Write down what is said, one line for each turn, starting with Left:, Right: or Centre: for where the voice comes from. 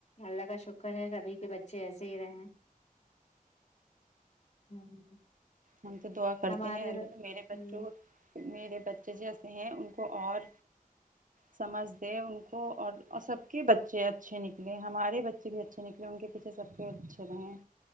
Left: اللہ کا شکر ہے سبھی کے بچے ایسے ہی رہیں <unintelligible>
Right: ہم تو دعا کرتے
Left: ہمارے
Right: ہیں البہ
Left: ہوں
Right: میرے بچوں میرے بچے جی ایسے ہیں ان کو اور
Left: <inaudible>
Right: سمجھ دیں ان کو اور سب کے بچے اچھے نکلیں ہمارے بچے بھی اچھے نکلے ان کے پیچھے سب کے اچھے رہیں